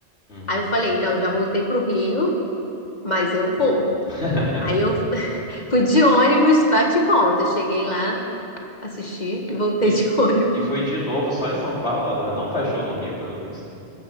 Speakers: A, on the left; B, on the left.
A: Uhum.
B: Aí eu falei, não, eu já voltei pro Rio, mas eu vou.
A: <laughs>
B: Aí eu <laughs> fui de ônibus, bate e volta. Cheguei lá, assisti e voltei
A: E,
B: de <laughs> ônibus.
A: e foi de novo só em São Paulo? Ela não faz show no Rio, pelo visto?